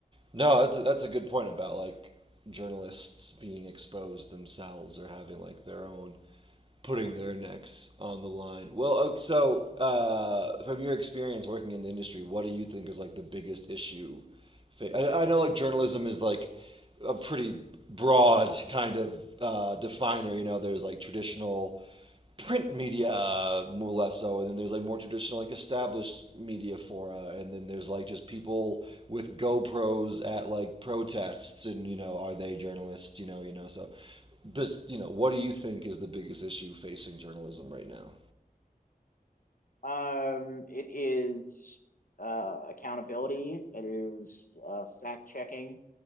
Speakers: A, on the right; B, on the left.
A: No, that's that's a good point about like journalists being exposed themselves or having like their own putting their necks on the line. Well, ok- so uh, from your experience working in the industry, what do you think is like the biggest issue? fa- I, I know like journalism is like a pretty broad kind of uh, definer. You know, there's like traditional print media uh, more or less so, and then there's like more traditional like established media fora, and then there's like just people with GoPros at like protests, and you know are they journalists? You know, you know so. But you know, what do you think is the biggest issue facing journalism right now?
B: Mm. um it is uh accountability it is uh fact checking